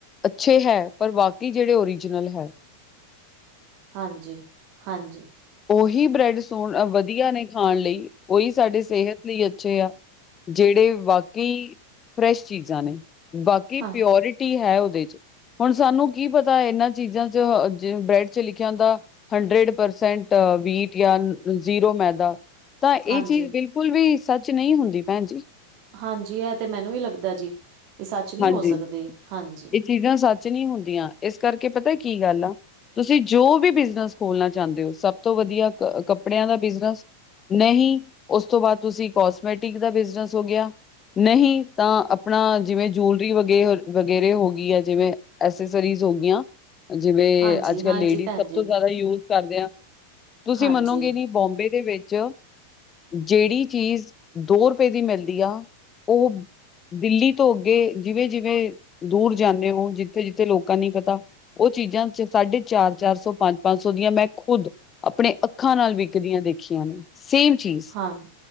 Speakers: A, on the left; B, on the right.
A: ਅੱਛੇ ਹੈ, ਪਰ ਬਾਕੀ ਜਿਹੜੇ ਓਰੀਜਨਲ ਹੈ।
B: ਹਾਂਜੀ ਹਾਂਜੀ।
A: ਉਹੀ ਬ੍ਰੈਡ ਸੋਹਣ ਵਧੀਆ ਨੇ ਖਾਣ ਲਈ, ਉਹੀ ਸਾਡੇ ਸਿਹਤ ਲਈ ਅੱਛੇ ਆ। ਜਿਹੜੇ ਬਾਕੀ ਫਰੈਸ਼ ਚੀਜ਼ਾਂ ਨੇ, ਬਾਕੀ
B: ਹਾਂ,
A: ਪਿਓਰ ਟੀ ਹੈ ਉਹਦੇ ਚ। ਹੁਣ ਸਾਨੂੰ ਕੀ ਪਤਾ ਇਹਨਾਂ ਚੀਜ਼ਾਂ ਚ ਜਿਵੇਂ ਬ੍ਰੈਡ ਚ ਲਿਖਿਆ ਹੁੰਦਾ ਹੰਡਰਡ ਪਰਸੈਂ ਟ ਵੀਟ ਜਾਂ ਜ਼ੀਰੋ ਮੈਦਾ ਤਾਂ ਇਹ
B: ਹਾਂਜੀ।
A: ਚੀਜ਼ ਬਿਲਕੁਲ ਬਿਲਕੁਲ ਵੀ ਸੱਚ ਨਹੀਂ ਹੁੰਦੀ ਭੈਣ ਜੀ।
B: ਹਾਂਜੀ ਐ ਤੇ ਮੈਨੂੰ ਵੀ ਲੱਗਦਾ ਜੀ ਐ ਸੱਚ ਨਹੀਂ
A: ਹਾਂਜੀ
B: ਹੋ ਸਕਦੀ ਹਾਂਜੀ।
A: ਇਹ ਚੀਜ਼ਾਂ ਸ ਨਹੀਂ ਹੁੰਦੀਆਂ, ਇਸ ਕਰਕੇ ਪਤਾ ਕੀ ਗੱਲ ਆ ਤੁਸੀ ਜੋ ਵੀ ਬਿਜਨਸ ਖੋਲਨਾ ਚਾਂਦੇ ਓ ਸਬ ਤੋ ਵਧੀਆ ਅ ਕੱਪੜਿਆਂ ਦਾ ਬਿਜਨਸ ਨਹੀ ਓਸ ਤੋਂ ਬਾਅਦ ਤੁਸੀ ਕੋਸਮੈਟਿਕ ਦਾ ਬਿਜਨਸ ਹੋ ਗਿਆ ਨਹੀ ਤਾਂ ਆਪਣਾ ਜਿਵੇਂ ਜਿਉਲਰੀ ਵਗੇ ਵਗੈਰੇ ਹੋ ਗੀ ਯਾ ਜਿਵੇਂ ਐਸੇਸਰੀਜ਼ ਹੋਗੀਆਂ ਜਿਵੇਂ
B: ਹਾਂਜੀ
A: ਅੱਜ
B: ਹਾਂਜੀ
A: ਕੱਲ ਲੇਡੀਜ਼
B: ਭੈਣ
A: ਸਬ
B: ਜੀ
A: ਤੋਂ ਜਆਦਾ ਯੂਜ ਕਰਦੇ ਆਂ ਤੁਸੀ
B: ਹਾਂਜੀ
A: ਮੰਨੋਗੇ ਨੀ ਬੋਂਬੇ ਦੇ ਵੇੱਚ ਜੇੜੀ ਚੀਜ਼ ਦੋ ਰਪਏ ਦੀ ਮਿਲਦੀ ਆ ਓਹੋ ਦਿੱਲੀ ਤੋ ਅੱਗੇ ਜਿਵੇਂ ਜਿਵੇਂ ਦੂਰ ਜਾਨੇਂ ਹੋ ਜਿੱਥੇ- ਜਿੱਥੇ ਲੋਕਾਂ ਨੀ ਪਤਾ ਓ ਚੀਜਾਂ ਸਾਢੇ ਚਾਰ -ਚਾਰ ਸੌ, ਪੰਜ- ਪੰਜ ਸੌ ਦੀਆਂ ਮੈਂ ਖੁੱਦ ਆਪਣੇ ਅੱਖਾਂ ਨਾਲ ਵਿਕਦੀਆਂ ਦੇਖੀਆਂ ਨੇ ਸੇਮ ਚੀਜ਼
B: ਅਨ